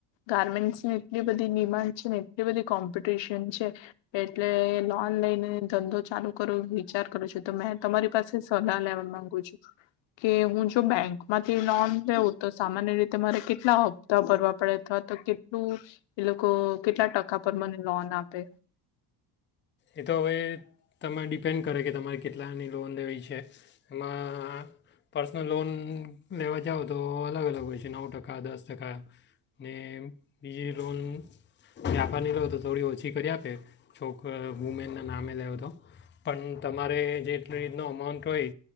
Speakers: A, on the left; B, on the left.
A: ગારમેન્ટ્સની એટલી બધી ડિમાન્ડ છે ને એટલી બધી કોમ્પિટિશન છે એટલે લોન લઈને ધંધો ચાલુ કરવો એ વિચાર કરું છું તો મેં તમારી પાસે સલાહ લેવા માંગુ છું કે હું જો બેંકમાંથી લોન લેઉું તો સામાન્ય રીતે મારે કેટલા હપ્તા ભરવા પડે અથવા તો કેટલું એ લોકો કેટલા ટકા પર મને લોન આપે
B: એ તો હવે તમે ડિપેન્ડ કરે કે તમારે કેટલાની લોન લેવી છે એમાં પર્સનલ લોન લેવા જાઓ તો અલગ અલગ હોય છે નવ ટકા દસ ટકા ને બીજી લોન વ્યાપારની લો તો થોડી ઓછી એ કરી આપે તો વુમેનના નામે લેવ તો પણ તમારે જે રીતનો અમાઉન્ટ હોય